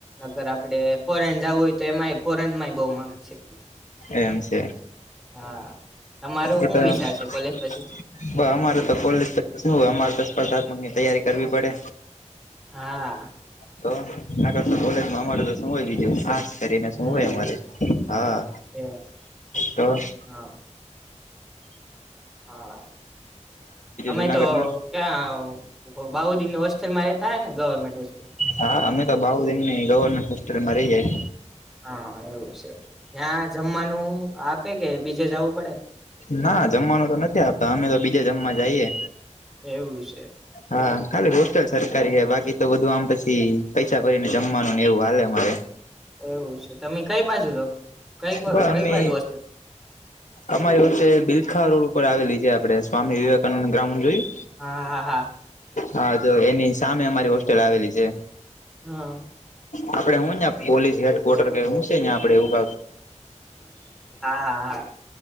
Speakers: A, in the centre; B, on the left (about 80°).
A: અગર આપડે ફોરેન જવું હોય તો એમાંય ફોરેનમાંય બહુ માલ છે
B: એમ છે
A: હા તમારો
B: એ
A: શું
B: તો
A: વિચાર છે કોલેજ પછી
B: અમારે તો પોલીસ શું હોય અમારે તો સ્પર્ધાત્મક ની તૈયારી કરવી પડે
A: હા
B: તો ના કરશ કોલેજમાં અમારું તો સમય બીજું કરીને
A: હમ
B: શું હોય અમારે હા
A: એ
B: તો હ
A: હા હા તમે
B: જુનાગઢમાં
A: તો ક્યાં બાઉદદીન હ હોસ્સ્ટલમાં રહેતા હને ગર્મેન્ટ હોસ્પિલ
B: હા અમે તો બાઉુ એમ ન ગવર્મેન્ટ હોસ્પિટલમાં રહી જાય
A: હા એવું છે ત્યાં જમવાનું આપે કે બીજે જવું પડે
B: ના જમવાનું તો નથી આપતા અમે તો બીજે જમવા જઈએ
A: એવું છે
B: હા ખાલી હોસ્ટેલ સરકારી હ બાકી તો બધું આમ પછી પૈસા ભરીને જમવાનું ને એવું હાલે અમારે
A: એવું છે તમે કઈ બાજુ રહો કઈ
B: પણ
A: કઈ
B: અમે
A: બાજુ હોસ્ટેલ
B: અમારી વખતે બિલખા રોડ ઉપર આવેલી આપણે સ્વામી વિવેકાનંદ ગ્રાઉન્ડ જોયું
A: હા હા હા હા
B: હા તો એની સામે અમારી હોસ્ટેલ આવેલી છે
A: હા
B: આપડે હું ને પોલીસ હેડ કર્ટર કે હું છે ને આપડે એવું
A: હા હા હા